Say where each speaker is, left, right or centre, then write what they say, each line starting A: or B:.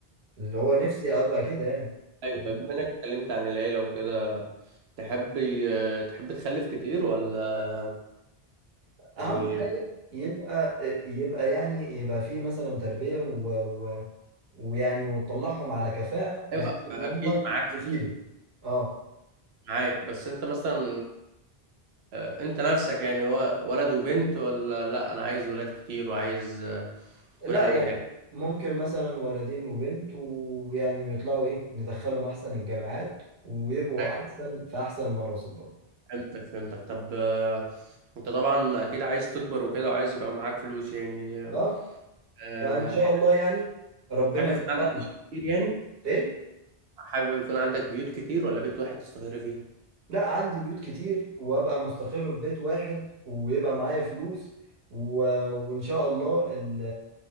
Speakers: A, on the right (about 70°); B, on the right (about 85°).
A: اللي هو نفسي
B: طب
A: ابقى كده يعني
B: ايوه
A: فاهمني؟
B: بما انك اتكلمت عن العيلة وكده تحب آه، تحب تخلف كتير ولا
A: اهم
B: يعني
A: حاجة يبقى يبقى يعني يبقى فيه مثلا تربية و... ويعني وتطلعهم على كفاءة بحيث
B: ايوه
A: ان
B: اكيد
A: هم
B: معاك
A: يفيدوا
B: في دي
A: اه
B: معاك بس انت مثلا آه، انت نفسك يعني هو ولد وبنت ولا لا انا عايز ولاد كتير وعايز آه،
A: لا
B: يكون عندي
A: يعني ممكن مثلا ولدين وبنت ويعني يطلعوا ايه ندخلهم احسن الجامعات ويبقوا
B: عيلة
A: احسن في احسن المناصب برضه
B: فهمتك فهمتك طب آه، انت طبعا اكيد عايز تكبر وكده وعايز يبقى معاك فلوس يعني
A: اه
B: آه،
A: فان شاء الله يعني ربنا
B: حابب يكون
A: يوفقنا
B: عندك بيوت كتير يعني
A: ايه
B: حابب يكون عندك بيوت كتير ولا بيت واحد تستقر فيه
A: لا عندي بيوت كتير وابقى مستقر في بيت واحد ويبقى معايا فلوس و... وان شاء الله ال...